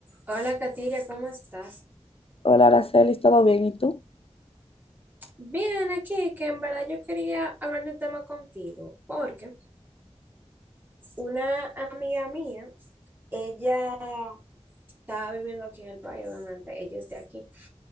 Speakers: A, on the right; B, on the left.
A: Hola, Katiria, ¿cómo estás?
B: Hola, Araceli, ¿todo bien? ¿Y tú?
A: Bien, aquí, que en verdad yo quería hablar de un tema contigo, porque una amiga mía, ella estaba viviendo aquí en el país, obviamente, ella es de aquí.